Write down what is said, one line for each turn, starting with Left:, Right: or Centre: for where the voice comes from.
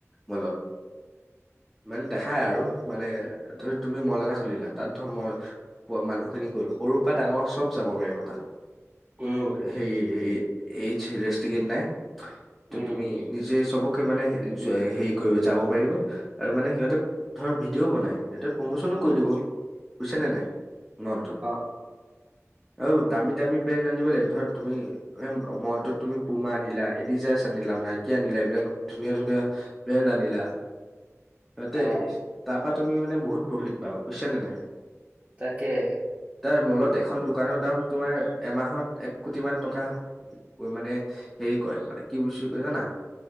Centre: মলত।
Right: <inaudible>
Centre: মানে দেখাই আৰু, মানে, ধৰি তুমি মল এটা খুলিলা, তাত ধৰ মই প মানুহখিনি গলোঁ, সৰুৰ পৰা ডাঙৰ চব যাব পাৰিব তাত।
Right: উম
Centre: কোনো হেৰি হেৰি, এইজ ৰেষ্ট্ৰিকেত নাই, ত'
Right: উম
Centre: তুমি নিজ যে, চবকে মানে হেৰি কৰিব, যাব পাৰিব, আৰু মানে সিহঁতে ধৰ ভিডিঅ'ও বনাই, তেতিয়া প্ৰমোচনো কৰি দিব, বুজিছে নে নাই, মলটোৰ।
Right: <inaudible>
Centre: অ', দামী দামী ব্ৰেণ্ড আনিব লাগিব, ধৰ তুমি এই মলটোত তুমি পুমা আনিলা, এদিডাছ আনিলা, নাইকি আনিলা, এইবিলাক ধুনীয়া ধুনীয়া ব্ৰেণ্ড আনিলা, সিহঁতে
Right: অ
Centre: তাৰপৰা তুমি মানে বহুত প্ৰফিট পাবা, বুজিছা নে নাই?
Right: তাকেহে।
Centre: তাৰ মলত এখন দোকানৰ দাম তোমাৰ এমাহত এক কোটি মান টকা মানে হেৰি কৰে মানে, কি <unintelligible> কয় জানা?